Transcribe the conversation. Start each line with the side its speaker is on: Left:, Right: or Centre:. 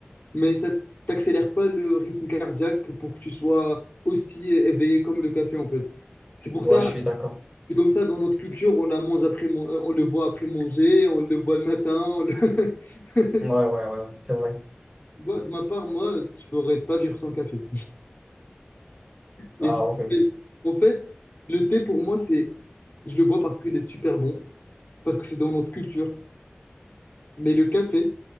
Left: mais ça t'accélère pas le rythme cardiaque pour que tu sois aussi éveillé comme le café en fait. C'est pour
Centre: Ouais,
Left: ça,
Centre: je suis d'accord.
Left: c'est comme ça dans notre culture, on la mange après, mon- euh, on le boit après manger, on le boit le matin. on le- <laughs>
Centre: Ouais, ouais, ouais, ouais, c'est vrai.
Left: Moi, de ma part, moi, je pourrais pas vivre sans café. Et
Centre: Ah,
Left: si-
Centre: ok.
Left: et en fait, le thé pour moi, c'est, je le bois parce qu'il est super bon, parce que c'est dans notre culture. Mais le café,